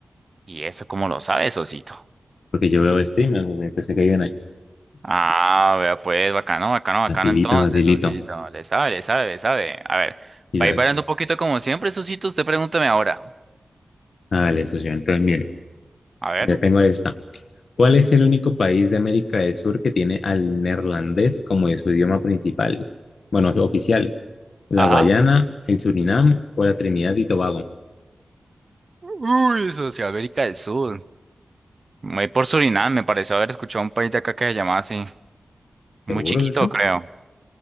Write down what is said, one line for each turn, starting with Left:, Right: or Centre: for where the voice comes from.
Right: ¿Y eso cómo lo sabe, Sosito?
Left: Porque yo veo streamers, socio, pensé que iban ahí.
Right: Ah, vea, pues, bacano, bacano, bacano.
Left: Facilito,
Right: Entonces,
Left: facilito.
Right: Sosito, le sabe, le sabe, le sabe. A ver,
Left: Quizás.
Right: va a ir variando un poquito como siempre, Sosito. Usted pregúntame ahora.
Left: Hágale, socio. Entonces, mire,
Right: A ver.
Left: ya tengo esta. ¿Cuál es el único país de América del Sur que tiene al neerlandés como de su idioma principal? Bueno, oficial. ¿La
Right: Ajá.
Left: Guayana, el Surinam o la Trinidad y Tobago?
Right: Uy, Socioamérica del Sur. Voy por Surinam, me pareció haber escuchado un país de acá que se llamaba así. Muy
Left: ¿Seguro,
Right: chiquito,
Left: socio?
Right: creo.